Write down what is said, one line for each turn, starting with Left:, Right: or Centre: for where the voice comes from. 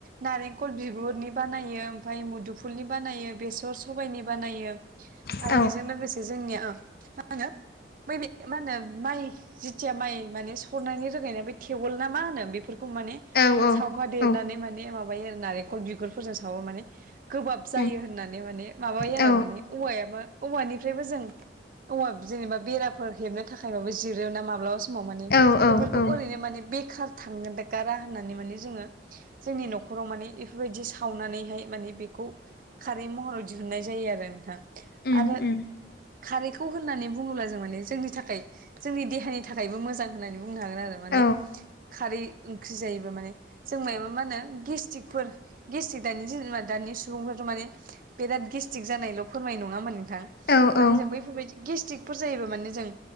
Right: नारेंखल बिगुरनि बानायो ओमफाय मुदुफुलनि बानायो बेसर सबायनि बानायो
Left: औ
Right: आरो बेजों लोगोसे जोंनिया मा होनो बै मा होनो माइ जिथिया माइ माने सरनायनि रोगानाय बे थेवौल ना मा होनो बेफोरखौ माने
Left: औ औ
Right: सावफा देरनानै
Left: औ
Right: माने माबायो नारेंखल बिगुरफोरजों सावो माने गोबाब जायो
Left: उम
Right: होननानै माने माबायो
Left: औ
Right: आरो माने औवायाबो औवानिफ्रायबो जों औवाब जेनेबा बेराफोर हेबनो थाखाय माबा जिरो ना माब्लाबा स माव माने
Left: औ
Right: बेफोरखौ
Left: औ
Right: ओरैनो माने बेखार थांगारा होननानै माने जोंङो जोंनि न'खराव माने इफोरबायदि सावनानैहाय माने बेखौ खारै महर दिहुननाय जायो आरो नोंथां
Left: उम
Right: आरो
Left: उम
Right: खारैखौ होननानै बुंङोब्ला जों माने जोंनि थाखाय जोंनि देहानि था खायबो मोजां होननानै बुंनो हागोन आरो माने
Left: औ
Right: खारै ओंख्रि जायोबा माने जों माबा मा होनो गेस्टिकफोर गेस्टिक दानि जा दानि सुबुंफोरथ' माने बिराद गेस्टिक जानायल' फोरमायो नङा होमबा नोंथां?
Left: औ औ
Right: माने जों बैफोरबायदि गेस्टिकफोर जायोबा मान जों